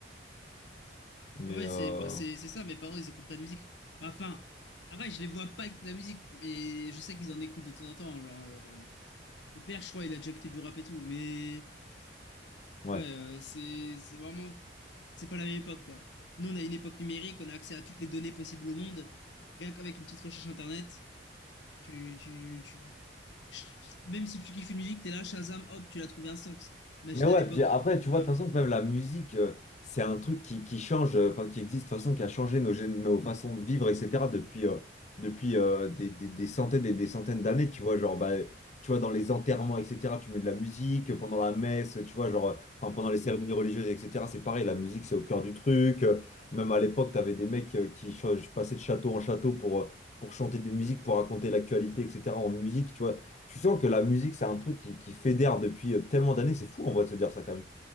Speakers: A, on the left (about 40°); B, on the left (about 80°).
A: mais,
B: Ouais ouais,
A: euh,
B: c'est moi, c'est c'est ça. Mes parents, ils écoutent pas de musique. Bah, Enfin, après, je les vois pas avec de la musique, mais je sais qu'ils en écoutent de temps en temps. Genre, euh, mon père, je crois, il a déjà écouté du rap et tout. Mais
A: ouais.
B: ouais, euh, c'est c'est vraiment, c'est pas la même époque, quoi. Nous, on a une époque numérique, on a accès à toutes les données possibles au monde. Rien qu'avec une petite recherche internet, tu tu tu, ch- même si tu kiffes une musique, t'es là, Shazam, hop, tu l'as trouvé instant. Imagine
A: Mais ouais,
B: à l'époque,
A: puis après,
B: quelle
A: tu
B: horreur.
A: vois, de toute façon, même la musique, euh, c'est un truc qui, qui change, euh, enfin, qui existe, de toute façon, qui a changé nos, gén- nos façons de vivre, etc., depuis, euh, depuis euh, des, des- des centaines et des centaines d'années, tu vois, genre, bah, tu vois, dans les enterrements, etc., tu mets de la musique, pendant la messe, tu vois, genre, euh, enfin, pendant les cérémonies religieuses, etc., c'est pareil, la musique, c'est au cœur du truc. Euh, Même à l'époque, t'avais des mecs euh, qui ch- passaient de château en château pour, euh, pour chanter des musiques, pour raconter l'actualité, etc., en musique, tu vois. Tu sens que la musique, c'est un truc qui, qui fédère depuis euh, tellement d'années. C'est fou en vrai de se dire ça quand même.